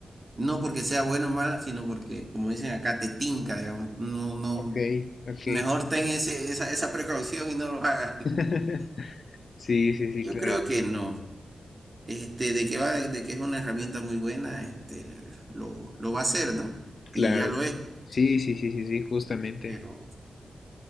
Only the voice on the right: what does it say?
No porque sea bueno o mala, sino porque, como dicen acá, te tinca, digamos. No, no.
Mejor ten ese, esa, esa precaución y no lo hagas.
<laughs>
Yo
creo que
no. Este, de que va, de que es una herramienta muy buena, este, lo, lo va a hacer, ¿no?
Y ya lo
es,
pero